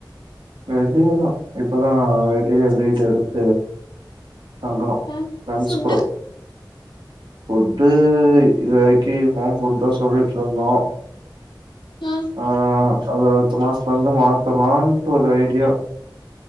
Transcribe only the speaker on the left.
ஏ
ஃபுட்டு
ஏ